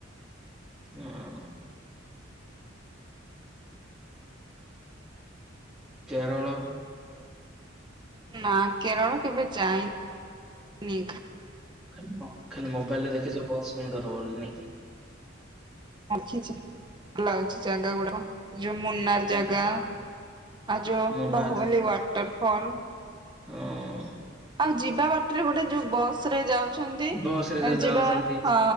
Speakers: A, in the centre; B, on the right.
A: ହୁଁ। କେରଳ
B: ନା କେରଳ କେବେ ଯାଇନିି?
A: ଖାଁ ଖାଲି ମୋବାଇଲ ରେ ଦେଖିଛ ବହୁତ ସୁନ୍ଦର ବୋଲି ନି କି।
B: ଖିଛି ଭ ଲାଗଛି ଜାଗା ଗୁଡା। ଯୋଉ ମୁନାର
A: ହଁ
B: ଜାଗା ଆଉ ଯୋଉ
A: ମୁନାର
B: ବାହୁବଲି ୱାଟରଫଲ
A: ହଁ
B: ଆଉ ଯିବା ବାଟରେ ଗୋଟେ ଯୋଉ ବସ ରେ ଯାଉ
A: ବସ ରେ ଯୋଉ
B: ଯିବା
A: ଯାଉଛନ୍ତି
B: ହଁ